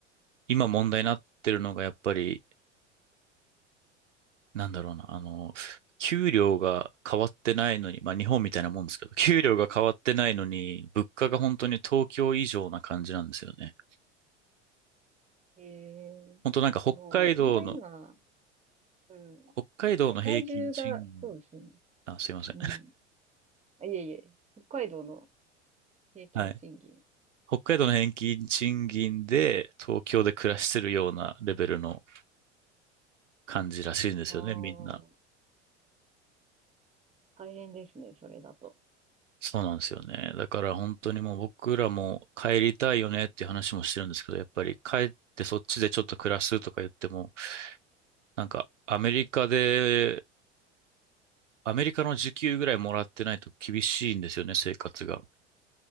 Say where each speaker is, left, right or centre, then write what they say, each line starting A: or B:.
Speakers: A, on the right (about 90°); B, on the right (about 20°).
A: 今問題になってるのがやっぱり、なんだろうな、あの、給料が変わってないのに、まあ日本みたいなもんですけど、<laughs> 給料が変わってないのに、物価が本当に東京以上な感じなんですよね。
B: ええ、
A: 本当なんか北海道の
B: もう、本当今、うん。
A: 北海道の平均賃金、
B: 世界中が、そうですよね。
A: あ、すいません。
B: うん。あ、いえいえ、北海道の平均賃金。
A: はい。北海道の平均賃金で東京で暮らしてるようなレベルの感じらしいんですよね、
B: ああ、
A: みんな。
B: 大変ですね、それだと。
A: そうなんですよね。だから本当にもう僕らも帰りたいよねっていう話もしてるんですけど、やっぱり帰ってそっちでちょっと暮らすとか言っても、なんかアメリカで、アメリカの時給ぐらいもらってないと厳しいんですよね、生活が。